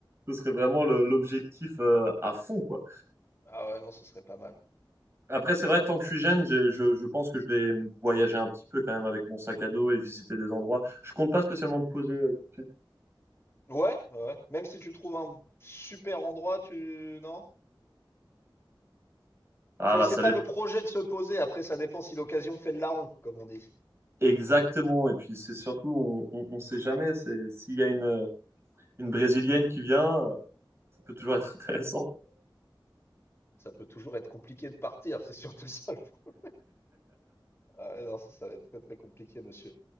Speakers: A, on the right (about 30°); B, on the left (about 30°).
A: ce serait vraiment le- l'objectif, euh, à fond, quoi.
B: Ah ouais, non, ce serait pas mal.
A: Après, c'est vrai, tant que je suis jeune, je, je, je pense que je vais voyager un petit peu quand même avec mon sac à dos et visiter des endroits. Je compte pas spécialement me poser euh, tout de suite.
B: Ouais, ouais. Même si tu trouves un super endroit, tu... Non?
A: Ah
B: C'est,
A: bah
B: c'est
A: ça
B: pas
A: dépend.
B: le projet de se poser. Après, ça dépend si l'occasion fait le larron, comme on dit.
A: Exactement. Et puis c'est surtout, on, on, on sait jamais. C'est s'il y a une, une Brésilienne qui vient, euh, ça peut toujours être <laughs> intéressant.
B: Ça peut toujours être compliqué de partir. C'est surtout ça. le pro- Ah ouais, non, ça, ça va être très, très compliqué, monsieur.